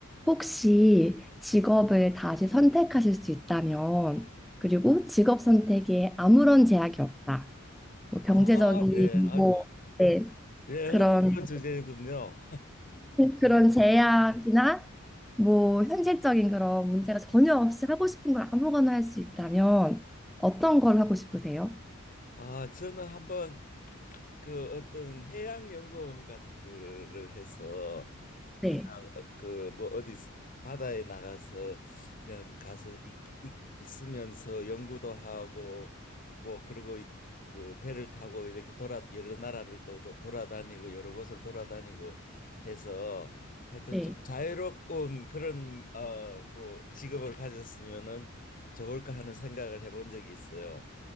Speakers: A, in the centre; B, on the left (about 40°).
A: 혹시 직업을 다시 선택하실 수 있다면, 그리고 직업 선택에 아무런 제약이 없다. 뭐 경제적인
B: 아, 네. 아주
A: 뭐 네,
B: 예,
A: 그런
B: 흥미로운 주제군요.
A: 그런 제약이나 뭐 현실적인 그런 문제가 전혀 없이 하고 싶은 걸 아무거나 할 수 있다면 어떤 걸 하고 싶으세요?
B: 아, 저는 한번 그 어떤 해양 연구원 같은 거를 해서
A: 네,
B: 그냥 어, 그뭐 어디 바다에 나가서 그냥 가서 있, 있, 있으면서 연구도 하고 뭐 그리고 이- 그 배를 타고 이렇게 돌아 여러 나라를 또, 또 돌아다니고 여러 곳을 돌아다니고 해서 하여튼
A: 네.
B: 좀 자유로운 그런 어 뭐 직업을 가졌으면은 좋을까 하는 생각을 해본 적이 있어요.